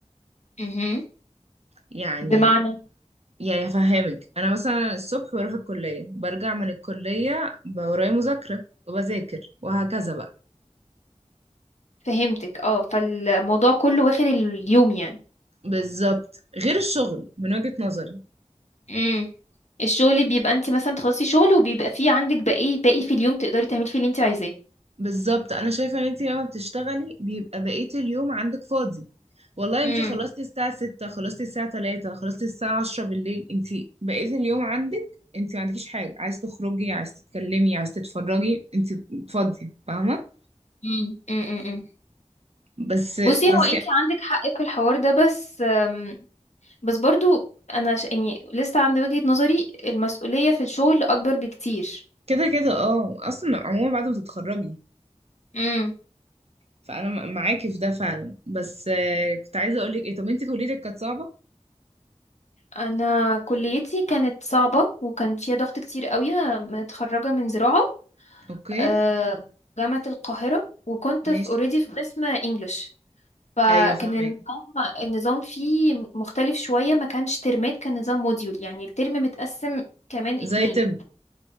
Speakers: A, on the left; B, on the right.
A: امم
B: يعني
A: بمعنى
B: يعني هفهمك انا مثلا الصبح بروح الكليه برجع من الكليه بقى ورايا مذاكره وبذاكر وهكذا بقى
A: فهمتك اه فالموضوع كله واخد اليوم يعني
B: بالظبط غير الشغل من وجهه نظري
A: امم الشغل بيبقى انت مثلا تخلصي شغل وبيبقى فيه عندك باقي باقي في اليوم تقدري تعملي فيه اللي انت عايزاه
B: بالظبط انا شايفه ان انت لما بتشتغلي بيبقى بقيه اليوم عندك فاضي والله
A: مم.
B: انت خلصتي الساعه 6 خلصتي الساعه 3 خلصتي الساعه 10 بالليل انت بقيه اليوم عندك انت ما عندكيش حاجه عايز تخرجي عايز تتكلمي عايز تتفرجي انت فاضيه فاهمه
A: مم. مم. مم. مم.
B: بس
A: بصي
B: بس
A: هو انت
B: يعني
A: عندك حق في الحوار ده بس أم، بس برضو انا ش... يعني لسه عند وجهة نظري المسؤولية في الشغل اكبر بكتير
B: كده كده اه اصلا عموما بعد ما تتخرجي
A: امم
B: فانا م- معاكي في ده فعلا بس آه، كنت عايزه اقول لك ايه طب انت كليتك كانت صعبه
A: انا كليتي كانت صعبة وكان فيها ضغط كتير قوي انا متخرجة من زراعة
B: اوكي
A: آه، جامعة القاهرة وكنت
B: ماشي
A: في اوريدي في قسم انجلش فكان
B: ايوه فاهمك
A: النظام النظام فيه مختلف شوية ما كانش ترمات كان نظام موديول يعني الترم متقسم كمان اتنين
B: زي طب